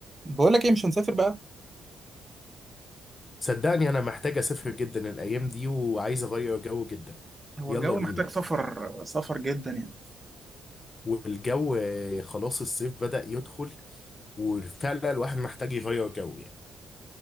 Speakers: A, on the right; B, on the left.
A: بقول لك ايه مش هنسافر بقى
B: صدقني انا محتاج اسافر جدا الايام دي وعايز اغير جو جدا
A: هو
B: يلا
A: الجو
B: بينا
A: محتاج سفر سفر جدا يعني
B: والجو آه، خلاص الصيف بدأ يدخل وفعلا الواحد محتاج يغير جو يعني